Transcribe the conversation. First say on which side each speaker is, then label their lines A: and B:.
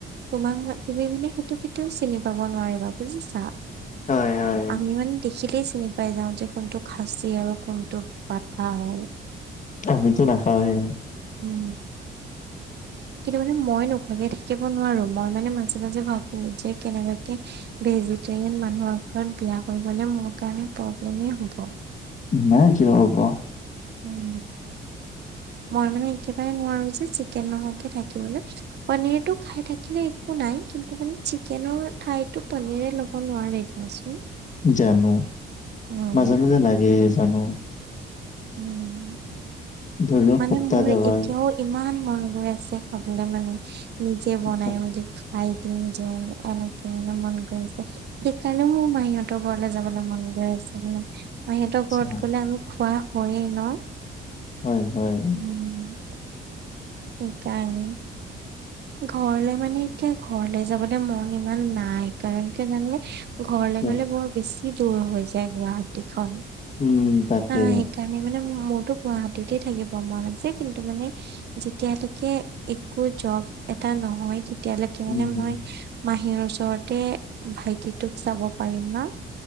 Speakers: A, on the right; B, on the left.
A: তোমাক তুমি মানে সেইটো কেতিয়াও চিনি পাব নোৱাৰিবা বুজিছা?
B: হয় হয়
A: আমি মানে দেখিলেই চিনি পাই যাওঁ যে কোনটো খাচি আৰু কোনটো পাঠা হয়।
B: আমিতো নাখাওঁৱেই!
A: উম কিন্তু মানে মই নোখোৱাকে থাকি <inaudible> নোৱাৰো মই মানে মাজে মাজে ভাবো যে কেনেবাকে ভেজিটেৰিয়ান মানুহৰ ঘৰত বিয়া হৈ গ'লে মোৰ কাৰণে প্ৰব্লেমেই হ'ব।
B: নাই কিয় হব।
A: উম। মই মানে একেবাৰে নোৱাৰো যে চিকেন নোহোৱাকে থাকিবলৈ পনিৰটো খাই থাকিলে একো নাই। কিন্তু মানে চিকেনৰ ঠাইতো পনীৰে ল'ব নোৱাৰে দিয়াচোন।
B: জানো
A: উম।
B: মাজে মাজে লাগে জানো।
A: উম
B: ধৰি লওক
A: মানে
B: সপ্তাহত
A: মোৰ
B: এবাৰ।
A: এতিয়াও ইমান মন গৈ আছে খাবলৈ মানে নিজে
B: আচ্ছা
A: বনাই মেলি খাই নিজৰ এনেকে মানে মন গৈ আছে। সেইকাৰণেও মোৰ মাহীহঁতৰ ঘৰলৈ যাবলৈ মন গৈ আছে মানে! মাহীহঁতৰ ঘৰত
B: আচ্ছা,
A: গলে আমি খোৱা হয়েই ন!
B: হয়, হয়।
A: উম, সেইকাৰণে ঘৰলে মানে এতিয়া ঘৰলে যাবলৈ মন ইমান নাই। কাৰণ কিয় জানানে? ঘৰলৈ
B: আচ্ছা।
A: গ'লে বৰ বেছি দূৰ হৈ যায় গুৱাহাটীখন।
B: উম,
A: অ',
B: তাকে।
A: সেইকাৰণে মানে গুৱাহাটীতে থাকিব মন আছে কিন্তু মানে যেতিয়ালৈকে একো জব এ এটা নহয় তেতিয়ালৈকে
B: উম,
A: মানে
B: হুম,
A: মই মাহীৰ ওচৰতে ভাইটিটোক চাব পাৰিম ন?